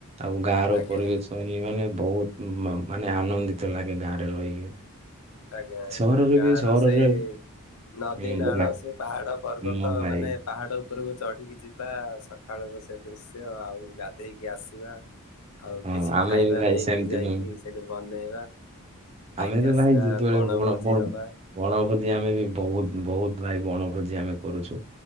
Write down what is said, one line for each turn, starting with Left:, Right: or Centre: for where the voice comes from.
Right: ଆଉ ଗାଁ ର
Left: ଆଜ୍ଞା
Right: ପରିବେଶ
Left: ଆଜ୍ଞା
Right: ହିଁ ମାନେ ବହୁତ ମାନେ ଆନନ୍ଦିତ ଲାଗେ ଗାଁ ରେ ରହିକି।
Left: ଆଜ୍ଞା ଆଜ୍ଞା
Right: ସହରରେ
Left: ଗାଁ
Right: ବି ସହରରେ
Left: ର ସେଇ ନଦୀ
Right: ଉଁ,
Left: ନାଳ
Right: ମା-
Left: ସେ ପାହାଡ଼ ପର୍ବତ
Right: ହଁ ଭାଇ
Left: ମାନେ ପାହାଡ଼ ଉପରକୁ ଚଢ଼ିକି ଯିବା ସକାଳର ସେ ଦୃଶ୍ୟ ଆଉ ଗାଧେଇକି ଆସିବା। ଆଉ
Right: ହଁ
Left: କିଛି
Right: ଆମେ
Left: ଖାଇବା
Right: ବି ଭାଇ
Left: ନେଇକି
Right: ସେମିତି
Left: ଯାଇକି
Right: ହିଁ
Left: ସେଠି ବନେଇବା ଖାଇକି
Right: ଆମେ ତ
Left: ଆସି
Right: ଭାଇ
Left: ଥିବା
Right: ଯେତେବେଳେ
Left: ବଣଭୋଜି
Right: ବଣ ବଣ
Left: ହେବା
Right: ବଣଭୋଜି ଆମେ ବି ବହୁତ ବହୁତ ଭାଇ ବଣଭୋଜି ଆମେ କରୁଛୁ।